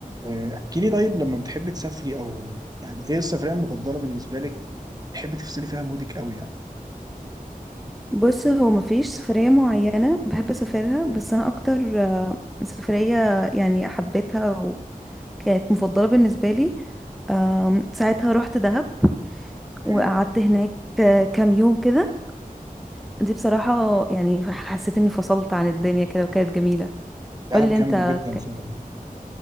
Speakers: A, on the right; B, in the centre.
A: آه، احكي لي طيب لما بتحبي تسافري او يعني ايه السفرية المفضلة بالنسبة لك بتحبي تفصلي فيها مودك قوي يعني
B: بص هو مفيش سفرية معينة بحب أسافرها بس أنا أكتر آه، سفرية يعني حبيتها وكانت مفضلة بالنسبة لي آم، ساعتها رحت دهب وقعدت
A: امم
B: هناك آه، كام يوم كده دي بصراحة يعني حسيت إني فصلت عن الدنيا كده وكانت جميلة
A: دهب
B: قولي
A: جامد
B: أنت
A: جدا فعلا